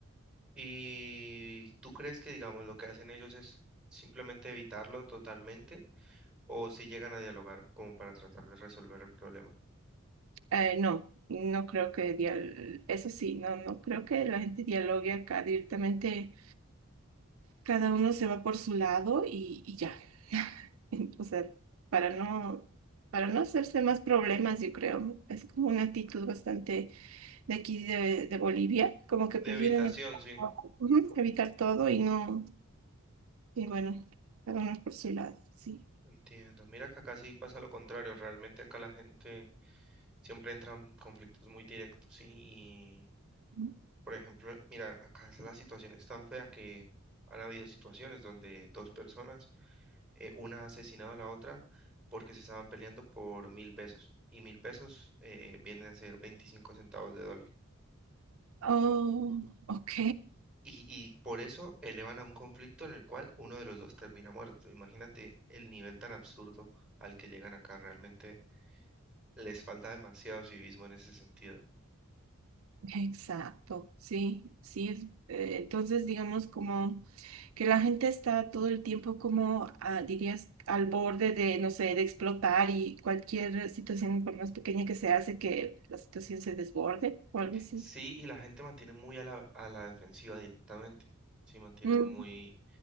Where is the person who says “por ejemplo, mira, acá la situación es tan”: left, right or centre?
Centre